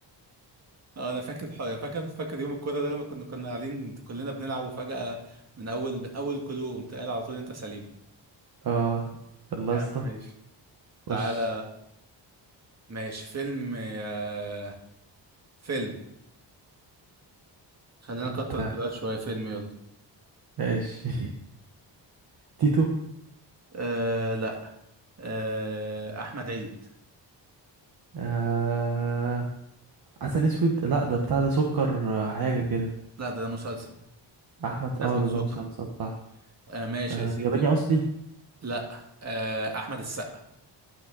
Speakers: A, on the right; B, on the right.
A: اه انا فاكر فاكر فاكر يوم الكورة ده لما كنا كنا قاعدين كلنا بنلعب وفجأة من اول من اول كلو قمت قايل على طول انت سليبة
B: آه يلا
A: يا
B: يا
A: عم
B: اسطى
A: ماشي تعالى
B: خش
A: ماشي فيلم آه فيلم خلينا
B: أنت
A: نكتر الكلوات شوية فيلم يلا
B: ماشي <laughs> تيتو
A: آه لا آه أحمد عيد
B: آه... عسل اسود لا ده بتاع ده سكر آه، حاجه كده
A: لا ده, ده مسلسل
B: احمد
A: أزمة
B: اه ده
A: سكر
B: ده مسلسل صح
A: آه ماشي
B: آه...
A: يا سيدي
B: ياباني اصلي
A: لا آه أحمد السقا